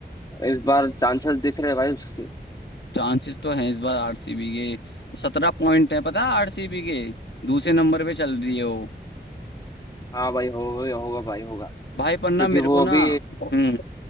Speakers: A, on the left; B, on the left.
A: इस बार चांसेस दिख रहे हैं भाई उसके
B: चांसेस तो हैं इस बार आरसीबी के सत्रह पॉइंट है पता है आरसीबी के दूसरे नंबर पे चल रही है वो
A: हाँ भाई होगा होगा भाई होगा
B: भाई पर ना
A: क्योंकि
B: मेरे को
A: वो
B: ना
A: अभी
B: हम्म